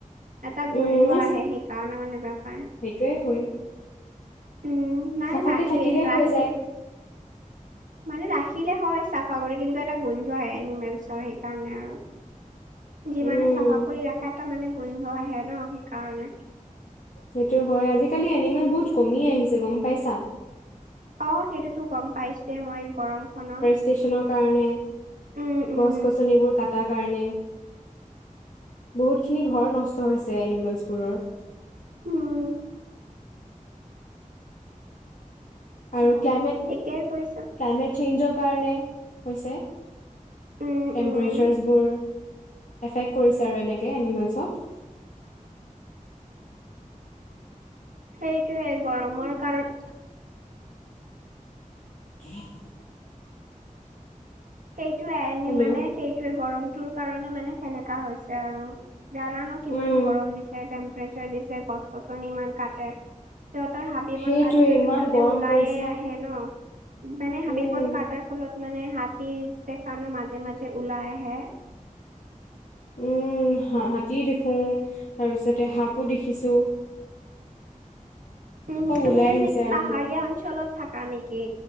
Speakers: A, on the right (about 70°); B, on the left (about 65°).
A: এটা
B: উম
A: গোন্ধ আহে সেইকাৰণে মানে বেয়া পায়।
B: সেইটোৱেই হয়।
A: উম নাই
B: চাফাকে
A: ৰাখি
B: থাকিলে হৈ
A: ৰাখি
B: যায়।
A: মানে ৰাখিলে হয় চাফা কৰি, কিন্তু এটা গোন্ধ আহে এনিমেলছৰ সেইকাৰণে আৰু যিমানে
B: উম
A: চাফা কৰি ৰাখা এটা মানে গোন্ধ আহে ন সেইকাৰণে।
B: সেইটো হয়, আজিকালি এনিমেল বহুত কমি আহিছে, গম পাইছা।
A: অ', সেইটোতো গম পাইছোয়ে মই গৰমখনত।
B: ষ্টেশচনৰ কাৰণে,
A: উম উম
B: গছ গছনি বোৰ কাটাৰ কাৰণে। বহুত খিনি ঘৰ নষ্ট হৈছে এনিমেলছবোৰৰ।
A: উম।
B: আৰু ক্লাইমেট,
A: ঠিকেই কৈছ
B: ক্লাইমেট চেঞ্জৰ কাৰণে হৈছে।
A: উম
B: টেম্পৰেচাৰ্চবোৰ,
A: উম
B: এফেক্ট কৰিছে আৰু এনেকে এনিমেলছক।
A: সেইটোয়ে গৰমৰ কাৰণ
B: <unintelligible>
A: সেইটোৱে
B: হেল্ল'
A: মানে সেইটোয়ে গৰমটোৰ কাৰণে মানে সেনেকা হৈছে আৰু, জানা ন কিমান
B: উম
A: গৰম দিছে টেমপ প্ৰেচাৰ দিছে, গছ গছনি ইমান কাটে। সিহঁতৰ হাবি
B: সেইটোৱে
A: বন কাটিলেতো
B: ইমান
A: সিহঁতে
B: গৰম
A: ওলাইয়ে
B: পৰিছে
A: আহে ন, মানে হাবি
B: উম
A: বন কাটাৰ ফলত মানে হাত তি দেখা ন, মাজে মাজে ওলাই আহে।
B: উম হ হাতী দেখোঁ, তাৰপিছতে সাপো দেখিছো।
A: উম,
B: চব
A: তুমি
B: ওলাই
A: এনে
B: আহিছে
A: কি
B: আৰু
A: পাহাৰীয়া অঞ্চলত থাকা নে কি,